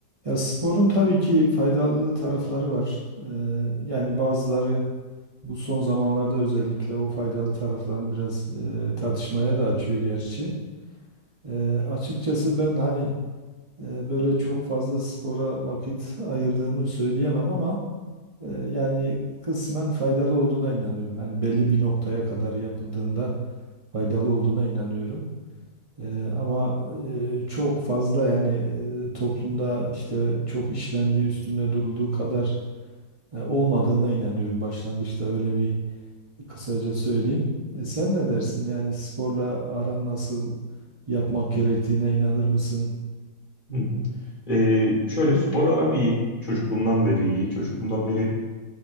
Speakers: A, on the right; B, on the left.
A: Ya sporun tabii ki faydalı tarafları var. Eee, yani bazıları bu son zamanlarda özellikle o faydalı taraflarını biraz eee, tartışmaya da açıyor gerçi. Eee, açıkçası ben hani eee, böyle çok fazla spora vakit ayırdığımı söyleyemem ama eee, yani kısmen faydalı olduğuna inanıyorum. Hani belli bir noktaya kadar yapıldığında faydalı olduğuna inanıyorum. Eee, ama eee, çok fazla yani eee, toplumda işte çok işlendiği üstünde durulduğu kadar e, olmadığına inanıyorum. Başlangıçta öyle bir kısaca söyleyeyim. E, sen ne dersin? Yani sporla aran nasıl yapmak gerektiğine inanır mısın?
B: Hı hı. Ee, şöyle sporla aram iyi. Çocukluğumdan beri iyi. Çocukluğumdan beri